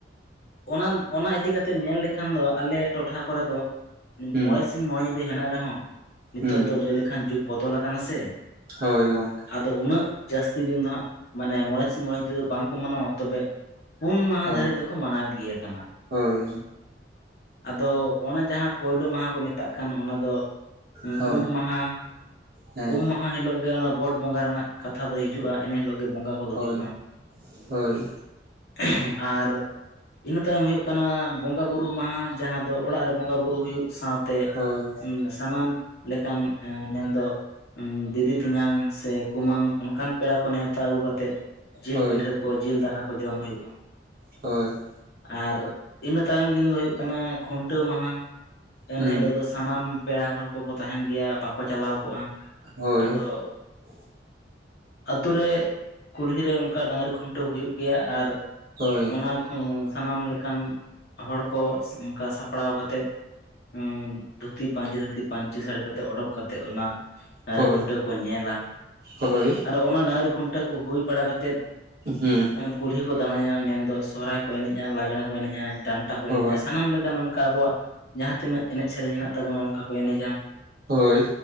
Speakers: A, on the left; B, on the right.
A: ᱚᱱᱟ ᱚᱱᱟ ᱤᱫᱤ ᱠᱟᱛᱮ ᱧᱮᱞ ᱞᱮᱠᱷᱟᱱ ᱫᱚ ᱟᱞᱮ ᱴᱚᱴᱷᱟ ᱠᱚᱨᱮ ᱫᱚ
B: ᱦᱩᱸ
A: ᱢᱚᱬᱮ ᱥᱤᱧ ᱢᱚᱬᱮ ᱧᱤᱫᱟᱹ ᱦᱮᱱᱟᱜ ᱨᱮᱦᱚᱸ, ᱱᱤᱛᱚᱜ
B: ᱦᱩᱸ
A: ᱫᱚ ᱞᱟᱹᱭ ᱞᱮᱠᱷᱟᱱ ᱡᱩᱜ ᱵᱚᱫᱚᱞ ᱟᱠᱟᱱᱟ ᱥᱮ᱾
B: ᱦᱳᱭ ᱜᱚᱝᱠᱮ᱾
A: ᱟᱫᱚ ᱩᱱᱟᱹᱜ ᱡᱟᱹᱥᱛᱤ ᱫᱤᱱ ᱫᱚ ᱦᱟᱸᱜ, ᱢᱟᱱᱮ ᱢᱚᱬᱮ ᱥᱤᱸᱧ ᱢᱚᱬᱮ ᱧᱤᱫᱟᱹ ᱫᱚ ᱵᱟᱝᱠᱚ ᱢᱟᱱᱟᱣᱟ ᱛᱚᱵᱮ ᱯᱩᱱ ᱢᱟᱦᱟ
B: ᱦᱳᱭ
A: ᱫᱷᱟᱹᱨᱤᱡ ᱫᱚᱠᱚ ᱢᱟᱱᱟᱣᱮᱫ ᱜᱮᱭᱟ ᱠᱟᱱᱟ᱾
B: ᱦᱳᱭ
A: ᱟᱫᱚ ᱚᱱᱟ ᱡᱟᱸᱦᱟᱸ ᱯᱳᱭᱞᱳ ᱢᱟᱦᱟ ᱠᱚ ᱢᱮᱛᱟᱜ ᱠᱟᱱ, ᱚᱱᱟ ᱫᱚ
B: ᱦᱳᱭ
A: ᱩᱢ ᱢᱟᱦᱟ,
B: ᱦᱮᱸ
A: ᱩᱢ ᱢᱟᱦᱟ ᱦᱤᱞᱳᱜ ᱜᱮ ᱚᱱᱟ ᱜᱚᱴ ᱵᱚᱸᱜᱟ ᱨᱮᱱᱟᱜ ᱠᱟᱛᱷᱟ ᱫᱚ ᱦᱤᱡᱩᱜᱼᱟ, ᱮᱱᱮ ᱦᱤᱞᱳᱜ ᱜᱮ ᱵᱚᱸᱜᱟ ᱠᱚᱫᱚ
B: ᱦᱳᱭ
A: ᱦᱩᱭᱩᱜᱼᱟ᱾
B: ᱦᱳᱭ
A: <inaudible> ᱟᱨ ᱤᱱᱟᱹ ᱛᱟᱭᱚᱢ ᱦᱩᱭᱩᱜ ᱠᱟᱱᱟ, ᱵᱚᱸᱜᱟ ᱵᱩᱨᱩ ᱢᱟᱦᱟ ᱡᱟᱸᱦᱟᱸ ᱫᱚ ᱚᱲᱟᱜ ᱨᱮ ᱵᱚᱸᱜᱟ ᱵᱩᱨᱩ ᱦᱩᱭᱩᱜ ᱥᱟᱶ ᱛᱮ
B: ᱦᱳᱭ
A: ᱥᱟᱱᱟᱢ ᱞᱮᱠᱟᱱ ᱮ ᱢᱮᱱᱫᱚ ᱫᱤᱫᱤ ᱛᱮᱧᱟᱝ ᱥᱮ ᱠᱩᱢᱟᱹᱝ ᱚᱱᱠᱟᱱ ᱯᱮᱲᱟ ᱠᱚ ᱱᱮᱣᱛᱟ ᱟᱹᱜᱩ ᱠᱟᱛᱮᱜ ᱡᱤᱞ
B: ᱦᱳᱭ
A: ᱯᱤᱴᱷᱟᱹ ᱠᱚ, ᱡᱤᱞ ᱫᱟᱠᱟ ᱠᱚ ᱡᱚᱢ ᱦᱩᱭᱩᱜᱼᱟ᱾
B: ᱦᱳᱭ᱾
A: ᱟᱨ ᱤᱱᱟᱹ ᱛᱟᱭᱚᱢ ᱫᱤᱱ ᱫᱚ ᱦᱩᱭᱩᱜ ᱠᱟᱱᱟ ᱠᱷᱩᱱᱴᱟᱹᱣ ᱢᱟᱦᱟ, ᱮᱱ
B: ᱦᱩᱸ
A: ᱦᱤᱞᱳᱜ ᱫᱚ ᱥᱟᱱᱟᱢ ᱯᱮᱲᱟ ᱦᱚᱲ ᱠᱚᱠᱚ ᱛᱟᱦᱮᱱ ᱜᱮᱭᱟ ᱵᱟᱠᱚ ᱪᱟᱞᱟᱣ ᱠᱚᱜᱼᱟ,
B: ᱦᱳᱭ
A: ᱟᱫᱚ
B: <inaudible>
A: ᱟᱛᱳ ᱨᱮ ᱠᱩᱞᱦᱤ ᱨᱮ ᱚᱱᱠᱟ ᱰᱟᱹᱝᱨᱤ ᱠᱷᱩᱱᱴᱟᱹᱣ ᱦᱩᱭᱩᱜ ᱜᱮᱭᱟ ᱟᱨ
B: ᱦᱳᱭ
A: ᱚᱱᱟ ᱦᱚᱸ ᱥᱟᱱᱟᱢ ᱞᱮᱠᱟᱱ ᱦᱚᱲ ᱠᱚ <inaudible> ᱚᱱᱠᱟ ᱥᱟᱯᱲᱟᱣ ᱠᱟᱛᱮᱫ ᱦᱩᱸ ᱫᱷᱩᱛᱤ ᱯᱟᱧᱪᱤ ᱫᱷᱩᱛᱤ ᱯᱟᱹᱧᱪᱤ ᱥᱟᱹᱲᱤ ᱠᱟᱛᱮ ᱚᱰᱳᱠ ᱠᱟᱛᱮᱜ ᱚᱱᱟ ᱰᱟᱝᱨᱤ
B: ᱦᱳᱭ
A: ᱠᱷᱩᱱᱴᱟᱹᱣ ᱠᱚ ᱧᱮᱞᱟ᱾
B: ᱦᱳᱭ
A: ᱟᱨᱦᱚ ᱚᱱᱟ ᱰᱟᱝᱨᱤ ᱠᱷᱩᱱᱴᱟᱹᱭ ᱠᱚ ᱦᱩᱭ ᱵᱟᱲᱟ ᱠᱟᱛᱮᱫ
B: ᱦᱩᱸ
A: ᱦᱮᱸ ᱠᱩᱞᱦᱤ ᱠᱚ ᱫᱟᱬᱟᱭᱟ ᱢᱮᱱᱫᱚ ᱥᱚᱦᱚᱨᱟᱭ ᱠᱚ ᱮᱱᱮᱡᱼᱟ ᱞᱟᱜᱽᱬᱮᱸ ᱠᱚ ᱮᱱᱮᱡᱼᱟ, ᱰᱟᱸᱱᱴᱟ ᱠᱚ
B: ᱦᱳᱭ
A: ᱮᱱᱮᱡᱟ ᱥᱟᱱᱟᱢ ᱞᱮᱠᱟᱱ ᱚᱝᱠᱟ ᱟᱵᱟᱭᱟᱜ ᱡᱟᱦᱟᱸ ᱛᱤᱱᱟᱹᱜ ᱮᱱᱮᱡ ᱥᱮᱨᱮᱧ ᱦᱮᱸᱱᱟᱜ ᱛᱟᱵᱚᱱᱟ ᱚᱱᱠᱟ ᱠᱚ ᱮᱱᱮᱡᱟ᱾
B: ᱦᱳᱭ